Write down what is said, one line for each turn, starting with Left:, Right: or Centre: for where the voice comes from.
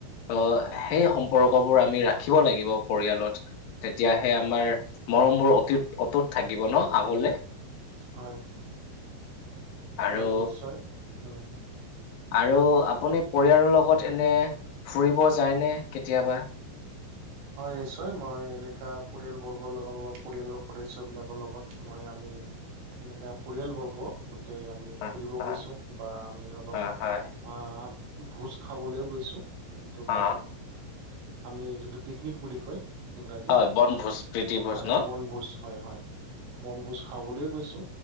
Left: ত
Right: হয়
Left: সেই সম পৰ্কবোৰ আমি ৰাখিব লাগিব পৰিয়ালত। তেতিয়াহে আমাৰ মৰম বোৰ অতুত-অতুত থাকিব ন' আগলে।
Right: হয়।
Left: আৰু
Right: হয় নিশ্চয়, উমঁ।
Left: আৰু আপুনি পৰিয়ালৰ লগত এনে ফুৰিব যায়নে কেতিয়াবা?
Right: হয় নিশ্চয়, মই এনেকা পৰিয়ালবৰ্গৰ লগত বা পৰিয়ালৰ সদস্যবিলাকৰ লগত মই আমি এনেকা পৰিয়ালবৰ্গ গোটেই আমি
Left: আহ
Right: ফুৰিব
Left: আহ
Right: গৈছো বা আমি অলপ
Left: হয় হয়
Right: আহ' ভোজ খাবলৈও গৈছো। যোনটো
Left: অ
Right: আপুনি, আমি যোনটো পিকনিক বুলি কয়। ইংৰাজীত,
Left: হয় বনভোজ প্ৰীতিভোজ
Right: হয়
Left: ন
Right: বনভোজ হয় হয়, বনভোজ খাবলৈ গৈছো